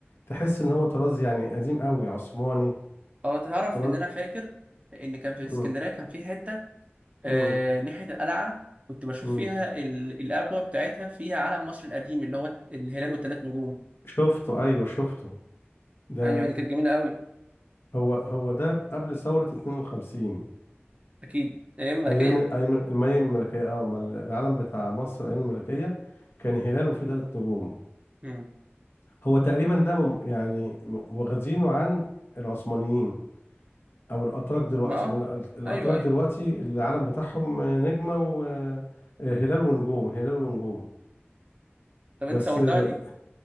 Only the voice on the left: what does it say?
تحس ان هو طراز يعني قديم قوي عثماني
طراز
امم
امم
إمم.
شفته ايوه شفته ده
هو هو ده قبل ثورة 52
ايام ايام المي الملكية اه ما العلم بتاع مصر ايام الملكية كان هلال وفيه ثلاث نجوم
هو تقريبا ده مم- يعني م- واخدينه عن العثمانيين او الاتراك دلوقتي
لان ال- الاتراك
دلوقتي العلم بتاعهم آه، نجمة وهلال
ونجوم هلال ونجوم
بس
اه